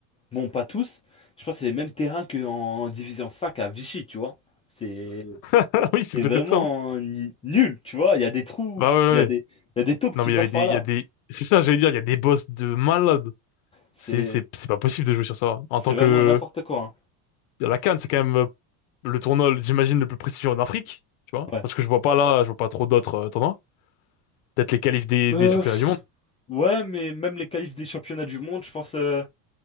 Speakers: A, on the left; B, on the left.
A: Bon, pas tous. Je pense que c'est les mêmes terrains qu'en Division 5 à Vichy, tu vois. C'est
B: <laughs> Oui, c'est
A: c'est
B: peut-être
A: vraiment
B: ça. hein.
A: n- nul, tu vois. Il y a des trous,
B: Bah ouais, ouais.
A: il y a des,
B: ouais.
A: il y a des taupes
B: Non
A: qui
B: mais
A: passent
B: il y avait des,
A: par
B: il
A: là.
B: y a des, c'est ça, j'allais dire, il y a des boss de malades.
A: C'est
B: C'est, c'est, c'est pas possible de jouer sur ça. En
A: c'est
B: tant
A: vraiment
B: que,
A: n'importe quoi. hein.
B: la CAN, c'est quand même euh, le tournoi, j'imagine, le plus prestigieux en Afrique, tu vois.
A: Ouais.
B: Parce que je vois pas là, je vois pas trop d'autres euh, tournois. Peut-être les qualifs des,
A: Euh,
B: des championnats
A: pff,
B: du monde.
A: ouais, mais même les qualifs des championnats du monde, je pense, euh,